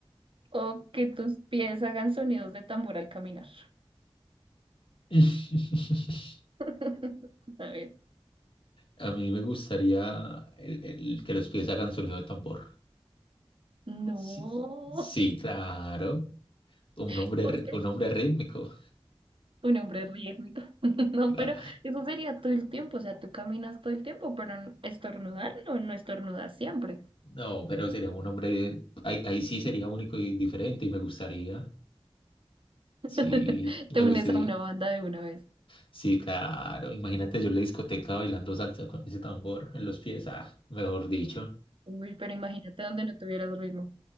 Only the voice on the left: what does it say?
<laughs>
A mí me gustaría el, el que los pies hagan sonido de tambor.
Sí, sí, claro. Un
hombre,
rí-
un hombre rítmico.
La-
No, pero sería un hombre. Ahí, ahí sí sería único y diferente y me gustaría.
Sí,
me gustaría.
Sí,
Sí, claro. Imagínate yo en la discoteca bailando salsa con ese tambor en los pies. Ah, mejor dicho.